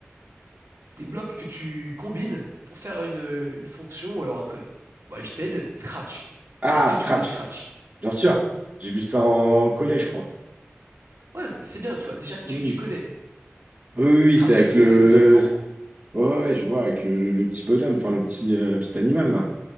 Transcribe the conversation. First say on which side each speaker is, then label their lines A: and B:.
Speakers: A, on the right; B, on the right.
A: des blocs que tu combines pour faire une, une fonction ou alors un code. Bon, allez, je t'aide. Scratch.
B: Ah,
A: Est-ce que
B: Scratch,
A: tu connais Scratch?
B: bien sûr. J'ai vu ça en collège, je crois.
A: Ouais, bah, c'est bien, tu vois. Déjà, tu,
B: Oui,
A: tu connais.
B: oui, oui, oui,
A: Scratch,
B: c'est avec
A: c'est ce
B: le...
A: qu'on donne aux enfants.
B: Ouais, ouais, je vois, avec le, le- le petit bonhomme, enfin, le petit, euh, petit animal, là.